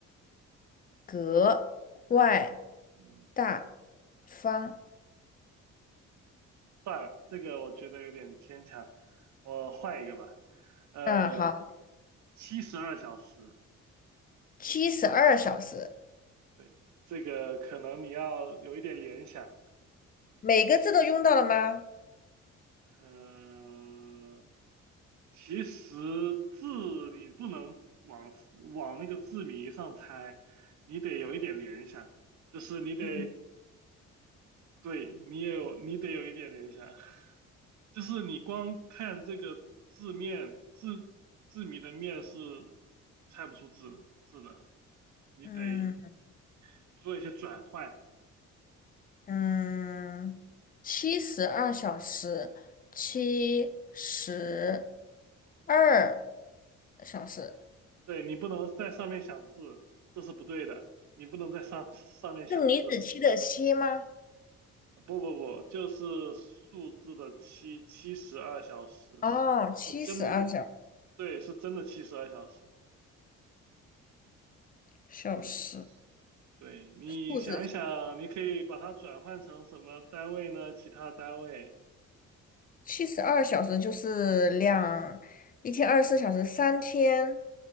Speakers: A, on the left (about 30°); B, on the right (about 65°).
A: 格外
B: 嗯
A: 大方，
B: 算了，这个我觉得有点牵强，我换一个吧。呃，
A: 嗯，好，
B: 七十二小时，
A: 七十二小时，
B: 对，这个可能你要有一点联想。
A: 每个字都用到了吗？
B: 嗯，其实字你不能往往那个字谜上猜，你得有一点联想，就是你得
A: 嗯
B: 对，你也有，你得有一点联想，<laughs> 就是你光看这个字面，字字谜的面是猜不出字的字的，你得
A: 嗯。
B: 做一些转换，
A: 嗯，七十二小时，七十二小时，
B: 对，你不能在上面想字，这是不对的，你不能在上上面想字，
A: 是李子柒的柒吗？
B: 不不不，就是数字的七，七十二小时，
A: 哦，七十二小
B: 就真，对，是真的七十二小时，
A: 小时，
B: 嗯。对，你想一想，
A: 兔子
B: 你可以把它转换成什么单位呢？其他单位。
A: 七十二小时就是两，一天二十四小时，三天，